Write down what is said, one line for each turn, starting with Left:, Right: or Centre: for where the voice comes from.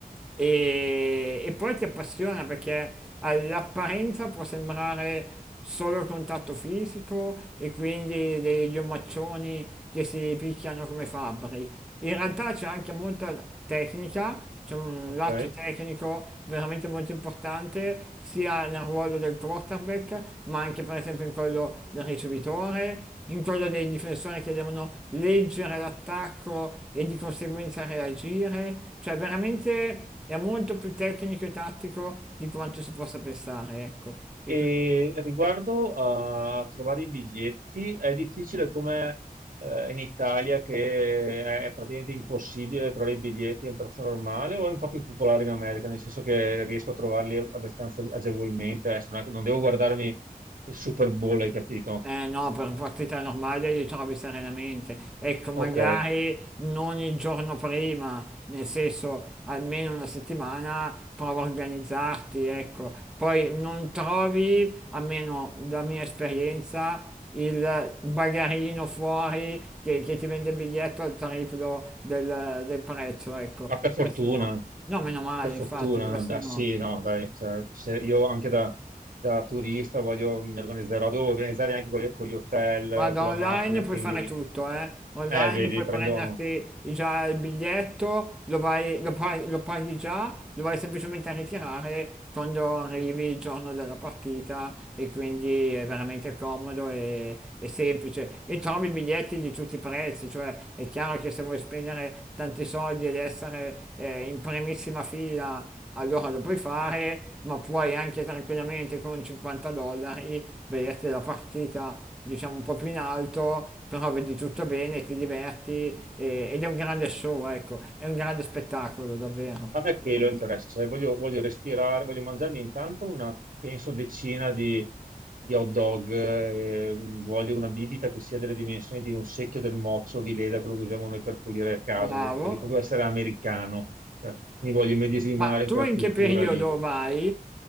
Centre: e, e poi ti appassiona perché all'apparenza può sembrare solo contatto fisico e quindi degli omaccioni che si picchiano come fabbri. In realtà c'è anche molta tecnica c'è un
Right: ok?
Centre: lato tecnico veramente molto importante, sia nel ruolo del quarterback, ma anche per esempio in quello del ricevitore, in quello dei difensori che devono leggere l'attacco e di conseguenza reagire, cioè veramente è molto più tecnico e tattico di quanto si possa pensare, ecco. E
Right: E
Centre: quindi
Right: riguardo a trovare i biglietti, è difficile come eh, in Italia che è, è praticamente impossibile trovare i biglietti a un prezzo normale o è un po' più popolare in America, nel senso che riesco a trovarli abbastanza agevolmente, adesso non è che- non devo guardarmi il Super Bowl, hai capito?
Centre: Eh no, per partita normale li trovi serenamente. Ecco, magari
Right: Ok,
Centre: non il giorno prima, nel senso almeno una settimana, prova a organizzarti, ecco. Poi non trovi, almeno da mia esperienza, il bagarino fuori che, che ti vende il biglietto al triplo del, del prezzo, ecco.
Right: ma per fortuna.
Centre: Questo no. No, meno male,
Right: Per
Centre: Per
Right: fortuna,
Centre: infatti, fortuna. questo
Right: dai,
Centre: no.
Right: sì, no, dai, cioè, se io anche da, da turista voglio, mi organizzerò, devo organizzare anche con gli, con gli hotel,
Centre: Guarda,
Right: con
Centre: online
Right: la macchina,
Centre: puoi
Right: quindi,
Centre: fare tutto, eh. Online
Right: eh, vedi,
Centre: puoi
Right: prendo,
Centre: prenderti già il biglietto, lo vai- lo paghi, lo paghi già, lo vai semplicemente a ritirare quando arrivi il giorno della partita e quindi è veramente comodo e, e semplice. E trovi biglietti di tutti i prezzi, cioè è chiaro che se vuoi spendere tanti soldi ed essere eh, in primissima fila allora lo puoi fare, ma puoi anche tranquillamente con 50 dollari vederti la partita diciamo un po' più in alto, però vedi tutto bene, ti diverti e- ed è un grande show, ecco, è un grande spettacolo, davvero.
Right: a me quello interessa, se voglio, voglio respirare, voglio mangiarmi intanto una, penso, decina di, di hot dog, eh, voglio una bibita che sia delle dimensioni di un secchio del mozzo di Leda, quello che usiamo noi per pulire a casa,
Centre: Bravo.
Right: voglio proprio essere americano, cioè, mi voglio immedesimare
Centre: Ma
Right: in
Centre: tu
Right: quella
Centre: in
Right: cultura
Centre: che periodo
Right: lì.
Centre: vai?